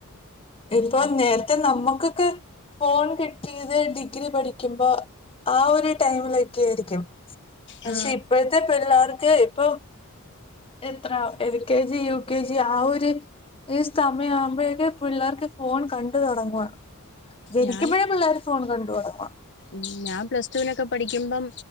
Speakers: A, on the left; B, on the left.
A: ഇപ്പൊ
B: അത്
A: നേരത്തെ നമ്മുക്കൊക്കെ ഫോൺ കിട്ടിയത് ഡിഗ്രി പഠിക്കുമ്പോ. ആ ഒരു ടൈമിലൊക്കെ ആരിക്കും. പക്ഷെ
B: ആ
A: ഇപ്പഴ ത്തെ പിള്ളേർക്ക് ഇപ്പം എത്ര L K G, U K G ആ ഒര് ഈ സമയം ആവുമ്പോഴേക്കെ പിള്ളേർക്ക് ഫോൺ കണ്ട് തുടങ്ങുവാ. ജനിക്കുമ്പഴേ
B: ഞാൻ
A: പിള്ളേര് ഫോൺ കണ്ടു തുടങ്ങുവാ.
B: ഉം ഞാൻ പ്ലസ് ടുവിനൊക്കെ പഠിക്കുമ്പം.